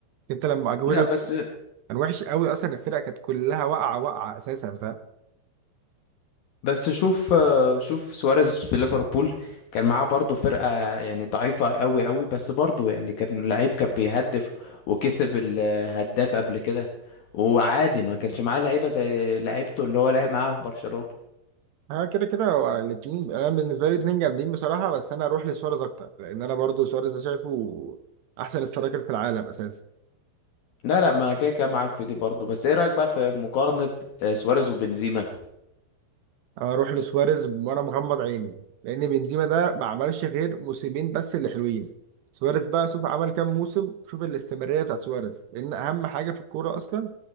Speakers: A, on the right; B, on the left.
A: انت لما اجويرو
B: لا بس
A: كان وحش قوي اصلا الفرقه كانت كلها واقعه واقعه اساسا فاهم
B: بس شوف آه، شوف سواريز في ليفربول كان معاه برضه فرقة يعني ضعيفة قوي قوي بس برضه يعني كان لعيب كان بيهدف وكسب الهداف قبل كده وعادي ما كانش معاه لعيبة زي لعيبته اللي هو لعب معاها في برشلونة
A: انا كده كده هو الاتنين انا بالنسبه لي الاتنين جامدين بصراحه بس انا اروح لسواريز اكتر لان انا برضو سواريز ده شايفه احسن سترايكر في العالم اساسا
B: لا لا ما انا كده كده معاك في دي برضه بس ايه رأيك بقى في مقارنة آه، سواريز وبنزيما
A: اروح لسواريز وانا مغمض عيني لان بنزيما ده ما عملش غير موسمين بس اللي حلوين سواريز بقى شوف عمل كام موسم شوف الاستمراريه بتاعت سواريز لان اهم حاجه في الكوره اصلا